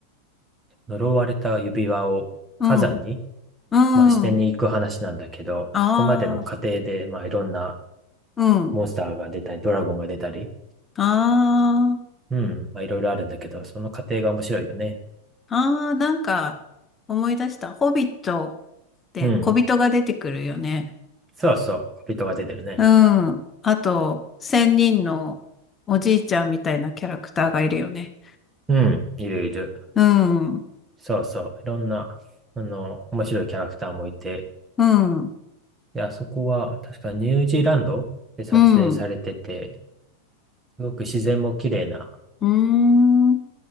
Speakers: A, on the right (about 15°); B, on the left (about 20°).
A: 呪われた指輪を火山に、
B: うん、うん。
A: まあ、してに行く話なんだけど、
B: ああ、
A: そこまでの過程で、まあ、いろんな
B: うん。
A: モンスターが出たり、ドラゴンが出たり、
B: あ
A: うん、まあ、いろいろあるんだけど、その過程が面白いよね。
B: あ、ああ、なんか思い出した。ホビットって小人が出てくるよね。
A: うん、そうそう、小人が出てるね。
B: うん。あと、千人のおじいちゃんみたいなキャラクターがいるよね。
A: うん、いるいる。
B: うん。う
A: そうそう、いろんな、あの、面白いキャラクターもいて、
B: ん。
A: で、あそこは確かニュージーランドで撮影されてて、
B: うん。う
A: すごく自然も綺麗な
B: ーん。